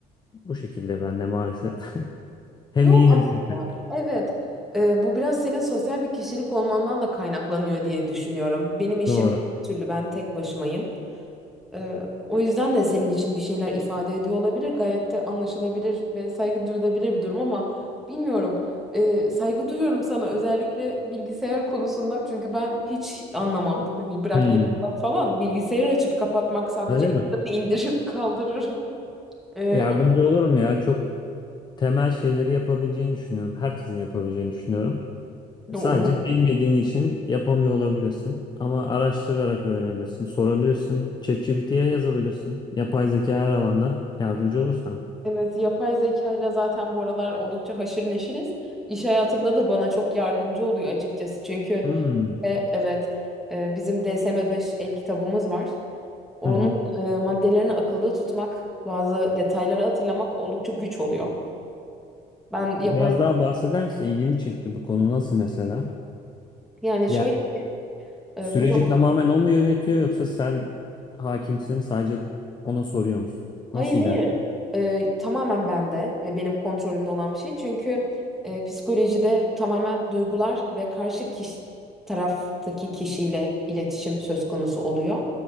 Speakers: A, on the left (about 25°); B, in the centre.
A: Bu şekilde ben de maalesef. <laughs> Hem
B: Yok
A: iyi
B: aslında
A: hem kötü
B: evet. Ee, bu biraz senin sosyal bir kişilik olmandan da kaynaklanıyor diye düşünüyorum. Benim işim
A: Doğru.
B: her türlü ben tek başımayım. Ee, o yüzden de senin için bir şeyler ifade ediyor olabilir. Gayet de anlaşılabilir ve saygı duyulabilir bir durum ama bilmiyorum. Ee, saygı duyuyorum sana özellikle bilgisayar konusunda. Çünkü ben hiç anlamam. <laughs> Bırak
A: Hmm,
B: yazılım falan bilgisayarı açıp kapatmak sadece
A: öyle
B: ekranı
A: mi?
B: indiririm <laughs> kaldırırım. Ee,
A: Yardımcı
B: o-
A: olurum ya. Çok temel şeyleri yapabileceğini düşünüyorum. Herkesin yapabileceğini düşünüyorum.
B: umarım.
A: Sadece bilmediğin için yapamıyor olabilirsin. Ama araştırarak öğrenebilirsin, sorabilirsin. ChatGPT'ye yazabilirsin. Yapay zeka her alanda yardımcı olur sana.
B: Evet yapay zeka ile zaten bu aralar oldukça haşır neşiriz. İş hayatımda da bana çok yardımcı oluyor açıkçası. Çünkü
A: Hmm.
B: e, evet e, bizim dsm beş el kitabımız var. Onun
A: Hı hı.
B: e, maddelerini akılda tutmak, bazı detayları hatırlamak oldukça güç oluyor. Ben yapay
A: Biraz daha bahseder misin? İlgimi çekti bu konu nasıl mesela?
B: yani
A: Yani
B: şöyle ki e,
A: süreci
B: bu
A: tamamen o mu yönetiyor yoksa sen hakimsin sadece ona soruyor musun?
B: Hayır
A: Nasıl
B: hayır.
A: ilerliyor?
B: Ee, tamamen bende ve benim kontrolümde olan bir şey. Çünkü e, psikolojide tamamen duygular ve karşı kişi, taraftaki kişiyle iletişim söz konusu oluyor.